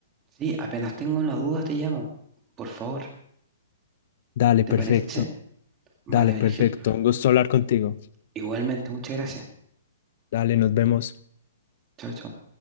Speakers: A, on the right; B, on the left.
A: Sí, apenas tengo una duda te llamo. Por favor,
B: Dale, perfecto,
A: ¿te parece? Vale,
B: dale, perfecto.
A: Ángel.
B: Un gusto hablar contigo.
A: Igualmente, muchas gracias.
B: Dale, nos vemos.
A: Chao, chao.